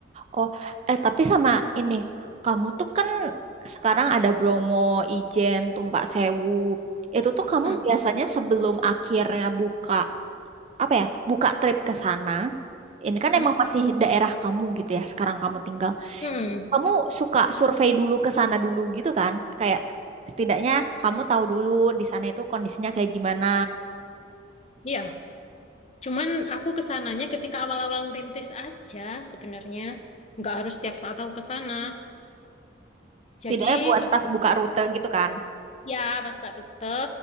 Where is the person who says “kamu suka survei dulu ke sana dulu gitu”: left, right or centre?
Right